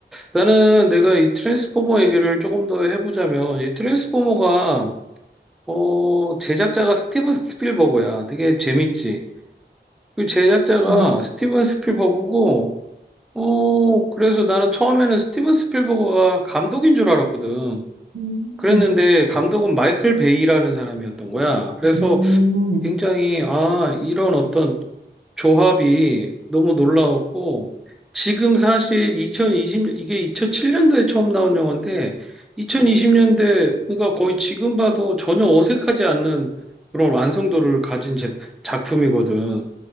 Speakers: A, in the centre; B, on the right.
A: 나는 내가 이 트랜스포머 얘기를 조금 더 해보자면 이 트랜스포머가 어 제작자가 스티븐 스필버그야. 되게 재밌지. 그 제작자가
B: 음.
A: 스티븐 스필버그고 어 그래서 나는 처음에는 스티븐 스필버그가 감독인 줄 알았거든.
B: 음,
A: 그랬는데 감독은 마이클 베이라는 사람이었던 거야. 그래서
B: 음,
A: 굉장히 아, 이런 어떤 조합이 너무 놀라웠고 지금 사실 2020 이게 2007년도에 처음 나온 영화인데 2020년대 그러니까 거의 지금 봐도 전혀 어색하지 않는 그런 완성도를 가진 제- 작품이거든.